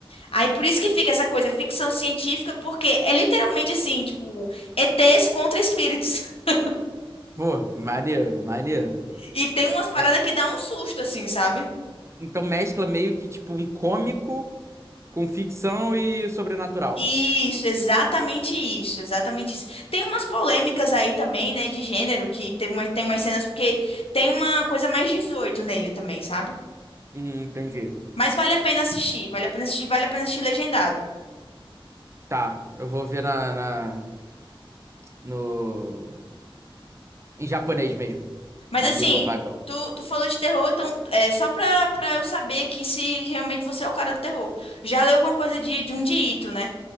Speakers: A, on the left; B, on the right.
A: Aí por isso que fica essa coisa, ficção científica, porque é literalmente assim, tipo, ETs contra espíritos. <laughs>
B: Pô, maneiro, maneiro.
A: E tem umas paradas
B: É,
A: que dá um susto, assim, sabe?
B: então mescla meio que tipo um cômico com ficção e sobrenatural.
A: Isso, exatamente isso, exatamente isso. Tem umas polêmicas aí também, né, de gênero, que teve uma, tem umas cenas, porque tem uma coisa mais 18 nele também, sabe?
B: Hum, entendi.
A: Mas vale a pena assistir, vale a pena assistir, vale a pena assistir legendado.
B: Tá, eu vou ver na, na- no, em japonês mesmo,
A: Mas
B: na
A: assim,
B: língua padrão.
A: tu, tu falou de terror, então é só pra, pra eu saber aqui se realmente você é o cara do terror. Já leu alguma coisa de, de um Ito, né?